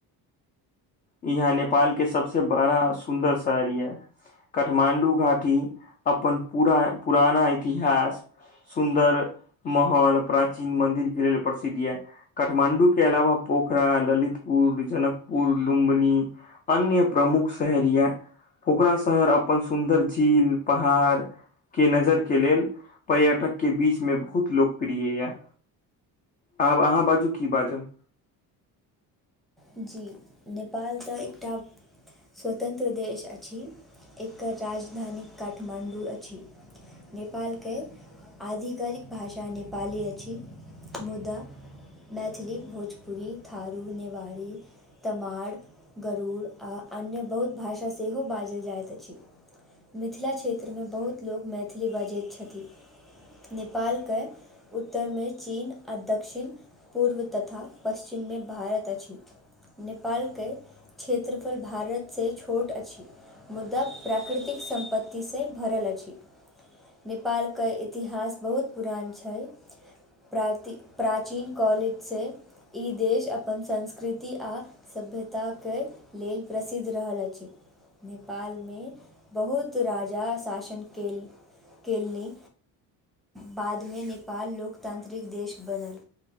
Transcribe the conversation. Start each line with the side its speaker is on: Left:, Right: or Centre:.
Left: यहाँ नेपाल के सबसे बड़ा सुन्दर शहर य- काठमांडू घाटी। अपन पूरा पुराना इतिहास। सुन्दर महल प्राचीन मंदिर के लेल प्रसिद्ध ये। काठमांडू के अलावा पोखरा ललितपुर जनकपुर। लुम्बनी अन्य प्रमुख शहर यऽ। ओकरा शहर अपन सुन्दर झील पहाड़। के नजर के लेल पर्यटक के बीच मे बहुत लोकप्रिय य। आब अहाँ बाजू की बाजब।
Centre: जी नेपाल तऽ एकटा। स्वतंत्र देश अछि एकर राजधानी काठमाण्डू अछि। नेपालके। आधिकारिक भाषा नेपाली अछि मुदा। मैथिली भोजपुरी थारू नेवाड़ी। तमाड़ गरुड़ आ अन्य बहुत भाषा सेहो बाजल जाइत अछि। मिथिला क्षेत्रमे बहुत लोक मैथिली बाजैत छथि नेपालके उत्तरमे चीन आ दक्षिण पूर्व तथा पश्चिममे भारत अछि। नेपालके क्षेत्रफल भारत से छोट अछि। मुदा प्राकृतिक सम्पत्ति से भरल अछि। नेपालके इतिहास बहुत पुरान छैय। प्राची प्राचीन काल सँ ई देश अपन संस कृति आ सभ्यताके लेल प्रसिद्ध रहल अछि। नेपालमे बहुत राजा शासन केल केलनि बादमे नेपाल लोकतांत्रिक देश बनल।